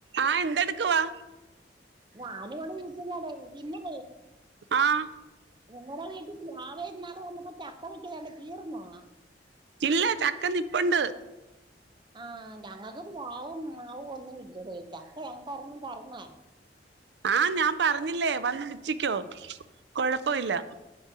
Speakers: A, on the right (about 70°); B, on the right (about 25°).
A: ആഹ് എന്തെടുക്കുവാ
B: ഞാൻ ഇവിടെ ഇരിക്കുന്നടേ പിന്നെ
A: ആഹ്
B: നിങ്ങടെ വീട്ടിൽ പ്ലാവേല് ഇന്നാളു വന്നപ്പോ ച ക്ക നിക്ക്ണ കണ്ടു തീർന്നോ
A: ഇല്ല ചക്ക നിപ്പണ്ട്
B: ആ ഞങ്ങൾക്ക് പ്ലാവും മാവും ഒന്നും ഇല്ലടെ ചക്ക ഞങ്ങക്ക് ഒരെണ്ണം തരണെ
A: ആഹ് ഞാൻ പറഞ്ഞില്ലേ വന്ന് പിച്ചിക്കോ കൊഴപ്പഇല്ല